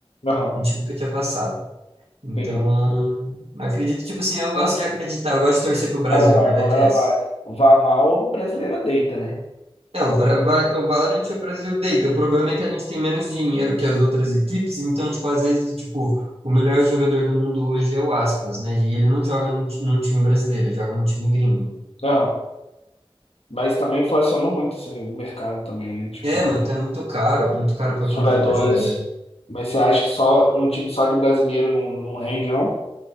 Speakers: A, on the left; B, on the right.
A: Aham,
B: A gente nunca tinha passado. Então,
A: entendi.
B: acredito, tipo assim, eu gosto
A: Uma
B: de acreditar, eu gosto de torcer pro Brasil,
A: hora vai,
B: a verdade
A: uma hora
B: é essa.
A: vai. O Vaval o brasileiro deita, né?
B: É, o, Bra- vai- o Valorant é o Brasil deita. O problema é que a gente tem menos dinheiro que as outras equipes, então, tipo, às vezes, tipo, o melhor jogador do mundo hoje é o Aspas, né? E ele não joga num, ti- num time brasileiro, ele joga num time gringo.
A: Aham. Mas também inflacionou muito assim, o mercado também, né? Tipo,
B: É, mano, tá muito caro, muito caro
A: os
B: pra contratar
A: jogadores.
B: jogador.
A: Mas você acha que só um time só de brasileiro não, não rende, não?